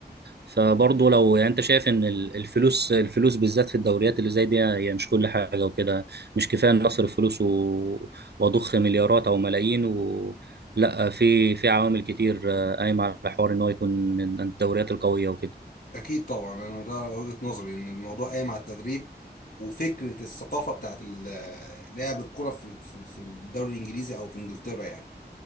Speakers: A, on the right; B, on the left.
A: فبرضه لو يعني انت شايف ان ال- الفلوس الفلوس بالذات في الدوريات اللي زي دي هي مش كل حاجه وكده مش كفايه ان اصرف فلوس و... واضخ مليارات او ملايين و... لا في في عوامل كتير آه، قايمه على حوار ان هو يكون من الدوريات القويه وكده
B: أكيد طبعا أنا ده وجهة نظري إن الموضوع قايم على التدريب وفكرة الثقافة بتاعت ال- لعب الكرة في في في الدوري الإنجليزي أو في إنجلترا يعني